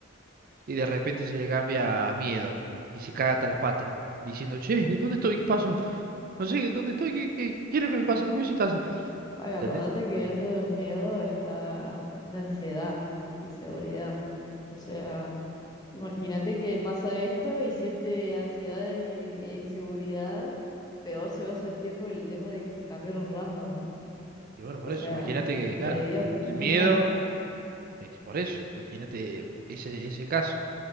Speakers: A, on the right (about 50°); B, on the left (about 20°).
A: y de repente se le cambia a miedo y se caga hasta las patas diciendo, che, ¿dónde estoy? ¿Qué pasó? No sé, ¿dónde estoy? ¿Qué, qué, qué es lo que me pasa? ¿Por qué me siento así?
B: Ay, acordate
A: ¿Entendés?
B: que dentro del miedo está la ansiedad y la inseguridad. O sea, imagínate que pasa esto y siente ansiedad y- e inseguridad, peor se va a sentir por el tema de que se cambiaron random, ¿no?
A: Y bueno, por
B: O sea,
A: eso, imagínate
B: se
A: que,
B: sentiría
A: claro, el, el
B: muy
A: miedo,
B: mal.
A: es por eso, imagínate ese, ese caso.